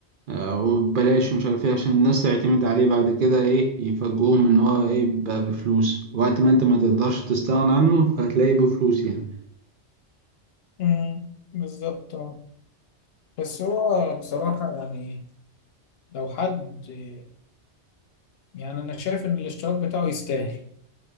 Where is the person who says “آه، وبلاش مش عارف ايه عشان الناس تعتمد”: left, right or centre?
Right